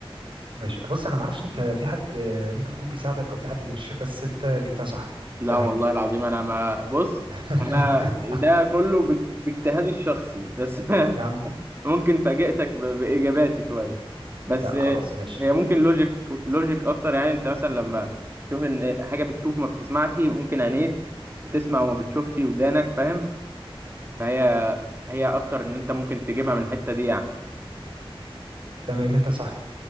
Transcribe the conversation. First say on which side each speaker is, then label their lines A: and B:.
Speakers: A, on the right (about 60°); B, on the right (about 25°).
A: ماشي بص أنا معرفش أنت في حد آه، ممكن يكون بيساعدك أو في حد بيغشك بس أنت جبتها صح
B: لا
A: تمام
B: والله العظيم انا ما بص
A: <laughs>
B: انا ده كله بك- باجتهادي الشخصي بس <laughs>
A: يا عم
B: ممكن فاجئتك ب- باجاباتي شويه بس
A: لا خلاص ماشي
B: هي ممكن لوجيك لوجيك اكتر يعني انت مثلا لما تشوف ان حاجه بتشوف ما بتسمعش ممكن عينيك بتسمع وما بتشوفش ودانك فاهم فهي هي اكتر ان انت ممكن تجيبها من الحته دي يعني
A: تمام أنت صح